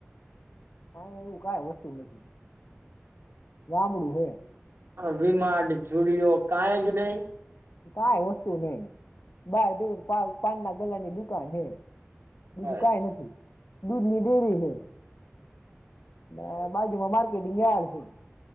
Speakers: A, on the left (about 65°); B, on the right (about 65°).
A: હા એવું કઈ હોતું નથી ગામડું છે
B: વી માર્ટ જુડિયો કાઈ જ નહીિ
A: કઈ વસ્તુ નહ બહાર જે પાન ના ગલાની દુકાન હે બીજું
B: અચ્છા
A: કઈ નથી દૂધની ડેરી છે મે બા જુમાં માર્કેટિંગ યાર્ડ છે